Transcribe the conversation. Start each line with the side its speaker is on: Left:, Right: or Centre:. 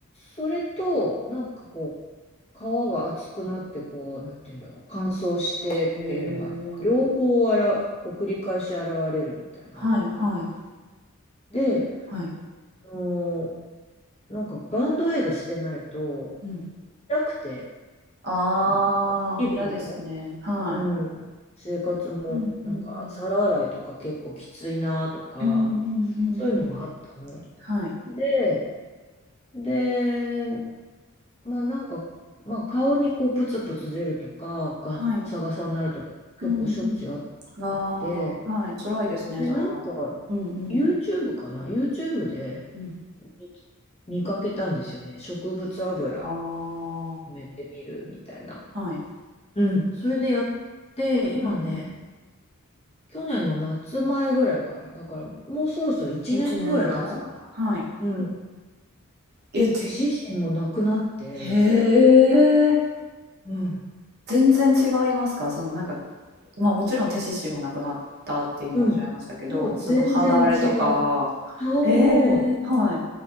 Left: それと、なんかこう、皮が厚くなって、こう、なんていうんだろう、乾燥してっていうのが、
Right: へえ。
Left: 両方あら、こう繰り返し現れるみたいな。
Right: はいはい
Left: で、
Right: はい。
Left: あのーなんかバンドエイドしてないと、
Right: うん。
Left: 痛くて、
Right: ああ、
Left: うん日々の
Right: 嫌ですね。はい。
Left: うん、生活もなんか皿洗いとか結構きついなとか
Right: うんうんうん。うんうんうんうん。
Left: そういうのがあったの。
Right: はい。
Left: で、で、まあなんか、まあ、顔にこうプツプツ出るとかガサガサになるとか結構しょっちゅうあったかあって
Right: はい。うんうん。ああ、はい、辛いですね、
Left: でなんか
Right: それは。うんうん
Left: YouTube かな YouTube で
Right: うん。
Left: 見見かけたんですよね植物油
Right: あ
Left: 埋めてみるみたいな。
Right: あ、はい。
Left: うん、それでやって今ね
Right: うんうん。
Left: 去年の夏前ぐらいから、だからもうそろそろ1年ぐらい経つかな。
Right: 1年ぐらい？はい。
Left: うん。
Right: え、
Left: その手指針もなくなって、
Right: つへえ。
Left: うん。
Right: 全然違いますか？そのなんかまあもちろん手獅子もなくなったって今おっしゃいましたけど、
Left: うん。もう全然違う。
Right: その肌荒れとか、
Left: 顔も、
Right: ええはい。